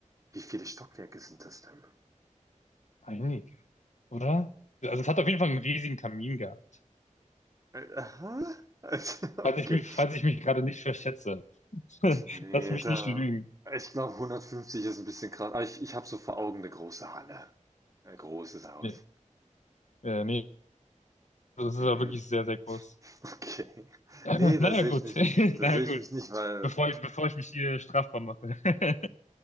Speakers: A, on the right; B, on the left.
A: Wie viele Stockwerke sind das denn?
B: einige oder? Also es hat auf jeden Fall einen riesigen Kamin gehabt.
A: Äh, Aha. Also, <laughs> okay.
B: Falls ich mich, falls ich mich gerade nicht verschätze. <laughs>
A: Nee,
B: Lass mich
A: da.
B: nicht lügen.
A: Ich glaube, 150 ist ein bisschen krass. Aber ich, ich habe so vor Augen eine große Halle. Ein großes Haus.
B: Nee, äh, nee, das ist
A: Mhm.
B: ja wirklich sehr,
A: <laughs>
B: sehr groß.
A: Okay.
B: <laughs>
A: Nee, da
B: Naja,
A: sehe
B: gut.
A: ich mich nicht.
B: <laughs>
A: Da
B: Naja,
A: sehe
B: gut.
A: ich mich nicht, weil
B: Bevor ich, bevor ich mich hier strafbar mache. <laughs>